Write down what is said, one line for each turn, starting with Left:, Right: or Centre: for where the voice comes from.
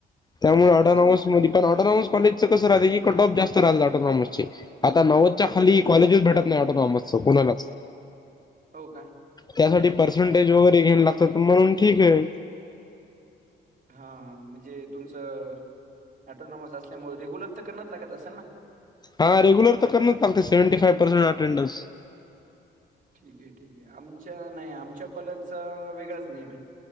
Left: त्यामुळे
Right: अच्छा,
Left: ऑटोनौमिस
Right: अच्छा, अच्छा.
Left: मधी- पण ऑटोनॉमस कॉलेज च कसं रातं की कटॉप जास्त राहतं ऑटनॉमसचे मधे,, आता नव्वदच्या खाली कॉलेजेच भेटत नाही वाटतं, कोणालाच.
Right: हो का.
Left: त्यासाठी पर्सेंटेज
Right: तर
Left: वगैरे घ्यायला लागतात, म्हणून ठीक आहे
Right: हा, म्हणजे तुमचं ऍटोनॉमस असल्यामुळं रेग्युलर तर कराच लागत असल ना.
Left: हा, रेग्युलर तर करनचं लागते सेवंट फार्सेंटेंडस
Right: ठीक आहे ठीक आहे, आमच्या नाही आमच्या कॉलेजचा वेगळाच नेम आहे.